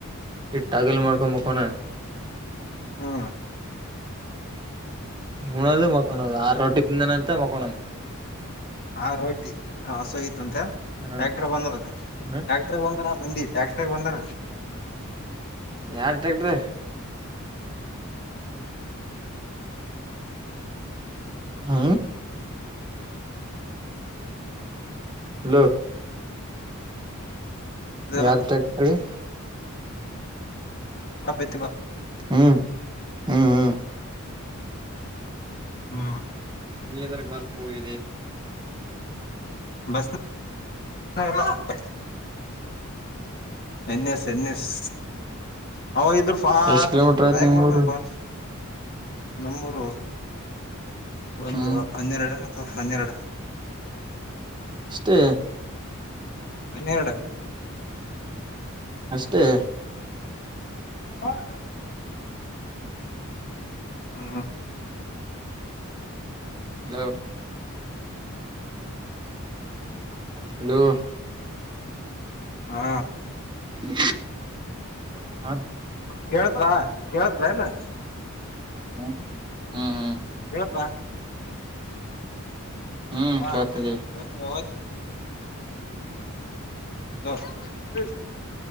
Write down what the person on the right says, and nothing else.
ಇಟ್ಟಗಲ್ ಮಾಡ್ಕೊಂಬಕೋಣ
ಹಣೋದು ಮಕೊದು ಆರು ರೊಟ್ಟಿ ತಿಂದನ ಅಂತ ಮಕಳನ್.
ಹಾ
ಹ್ಮ
ಯಾರ್ಟ್ಯಾಕ್ಟ್ರಿ ಹ್ಮ ಹಲೋ
ಯಾರ ತಾರೀಕಿಗೆ
ಹ್ಮ್ ಹ್ಮ್ ಹ್ಮ್
ನೀ- ಎದರ ಬಸ್ ಹೋಗಿದ್ದಿ.
ಹ <inaudible>
ಎಷ್ಟ್ ಕಿಲೋಮೀಟರ್
ಆತ್ ನಿಮ್ ಊರು
ಹ್ಮ್
ಅಷ್ಟೇ
ಅಷ್ಟೇ
ಹಲೋ ಹಲೋ
<inaudible>
ಹ ಹಾ ಹಾ
ಹ್ಮ್
ಕೇಳ್ತದಿ